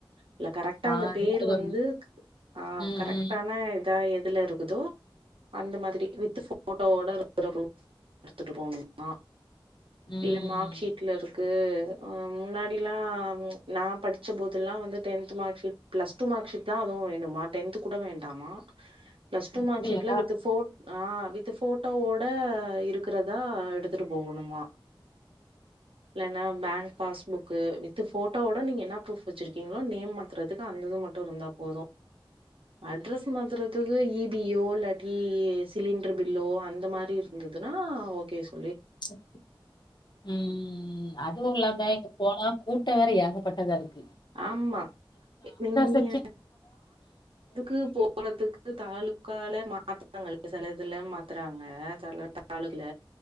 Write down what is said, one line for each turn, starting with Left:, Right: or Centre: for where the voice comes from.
Right: இல்ல கரெக்டா
Left: ஆ,
Right: அந்த பேர்
Left: ஏதாவது
Right: வந்து
Left: ஒண்ணு.
Right: ஆ
Left: ம்
Right: கரெக்
Left: ம்
Right: தா இதா எதுல இருக்குதோ அந்த மாதிரி வித் ஃபோட்டோவோட இருக்குறது எடுத்துட்டு போணுமா
Left: ம்
Right: இல்ல மார்க்க்ஷீட்ல இருக் க்கு ஆ முன்னாடிலா நா படிச்ச போதுல்லா வந்து tenth mark sheet plus two mark sheet தா அதுவு வேணுமா டென்த்து கூட வேண்டாமா பிளஸ் டூ
Left: அப்படியா
Right: மார்க் ஷீட்ல வித் ஃபோர் ஆ வித் ஃபோட்டோவோட இருக்குறதா எடுத்துட்டு போகணுமா இல்லன்னா பேங்க் பாஸ்புக்கு வித் ஃபோட்டோவோட நீங்க என்ன ப்ரூஃப் வச்சுருக்கீங்களோ நேம் மட் த்துறதுக்கு அந்த இது மட்டு இருந்தா போது அட்ரஸ் மாத்துறதுக்கு இ பி ஓ இல்லாட்டி சிலிண்டர் பில்லோ அந்த மாரி இருந்துதுன்னா ஓகே சொல்
Left: ம் ம் ம் அதுவும் இல்லாம இங்க போனா கூட்டம் வேற ஏகப் பட்டதா இருக்
Right: ஆமா நீங்க
Left: செக்ஷன்
Right: <inaudible> துக்கு போறதுக்கு தாளு உக்கால மாத்துறாங்க சில இதுல மாத்துறாங்க சில தாலுக்கால